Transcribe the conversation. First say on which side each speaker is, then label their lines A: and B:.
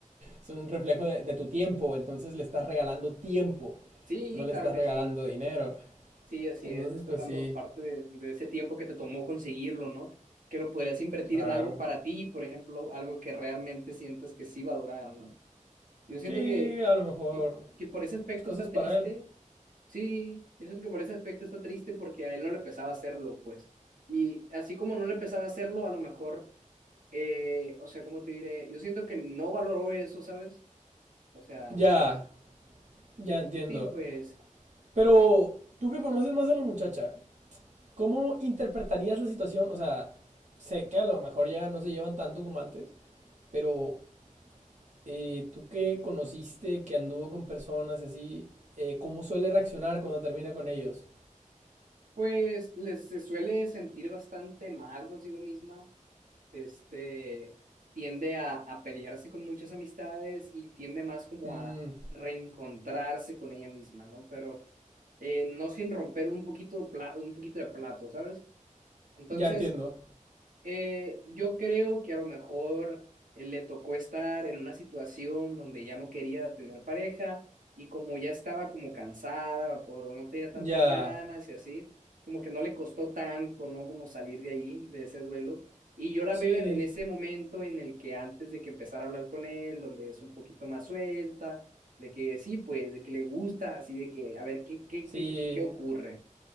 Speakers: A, on the right (about 60°); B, on the right (about 85°).
A: son un reflejo de, de tu tiempo. Entonces le estás regalando tiempo,
B: Sí,
A: no le
B: claro
A: estás
B: que
A: regalando
B: sí.
A: dinero.
B: Sí, así
A: Entonces,
B: es, le estás
A: pues
B: dando
A: sí,
B: parte de, de ese tiempo que te tomó conseguirlo, ¿no? Que lo podrías invertir
A: claro.
B: en algo para ti, por ejemplo, algo que realmente sientas que sí va a durar, ¿no? Yo siento
A: Sí,
B: que,
A: a lo mejor
B: que, que por ese aspecto
A: cosas
B: está
A: para
B: triste,
A: él.
B: sí, yo siento que por ese aspecto está triste porque a él no le pesaba hacerlo, pues. Y así como no le pesaba hacerlo, a lo mejor, eh, o sea, ¿cómo te diré? Yo siento que no valoró eso, ¿sabes? O sea,
A: Ya, ya entiendo.
B: sí, pues,
A: Pero tú que conoces más a la muchacha, ¿cómo interpretarías la situación? O sea, sé que a lo mejor ya no se llevan tanto como antes, pero eh, tú que conociste, que anduvo con personas y así, eh, ¿cómo suele reaccionar cuando termina con ellos?
B: pues les se suele sentir bastante mal consigo misma este, tiende a, a pelearse con muchas amistades y tiende más como
A: Mm,
B: a reencontrarse con ella misma, ¿no? Pero eh, no sin romper un poquito, pla- un poquito de plato, ¿sabes? Entonces,
A: ya entiendo.
B: eh, yo creo que a lo mejor eh, le tocó estar en una situación donde ya no quería tener pareja y como ya estaba como cansada o no tenía tantas
A: Ya.
B: ganas y así, como que no le costó tanto, ¿no? Como salir de ahí, de ese duelo. Y yo la
A: Sí.
B: veo en en ese momento en el que antes de que empezara a hablar con él, donde es un poquito más suelta, de que sí, pues, de que le gusta, así de que, a ver, ¿qué, qué,
A: Sí.
B: qué, qué ocurre?